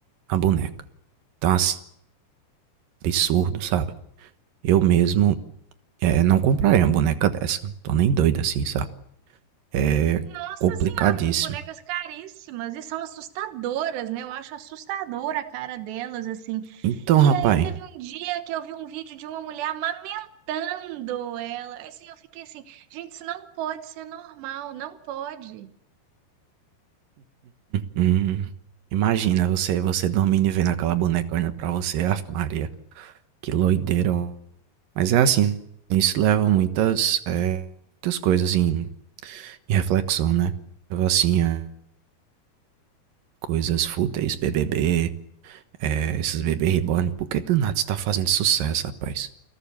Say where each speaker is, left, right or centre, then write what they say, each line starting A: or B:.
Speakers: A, on the right (about 65°); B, on the right (about 80°).
A: a boneca. Então, assim, absurdo, sabe. Eu mesmo, eh, não compraria uma boneca dessa, tô nem doido assim, sabe. É
B: Nossa
A: complicadíssimo.
B: Senhora, são bonecas caríssimas e são assustadoras, né? Eu acho assustadora a cara delas, assim.
A: Então,
B: E
A: rapaz
B: aí teve um dia que eu vi um vídeo de uma mulher amamentando ela. Assim, eu fiquei assim, gente, isso não pode ser normal, não pode.
A: Uhum. Imagina você você dormindo e vendo aquela boneca olhando pra você, ave Maria, que loideira. Mas é assim, isso leva muitas, eh, muitas coisas em em reflexão, né. Leva assim a coisas fúteis, BBB, eh, esses bebê reborn, por que do nada isso tá fazendo sucesso rapaz?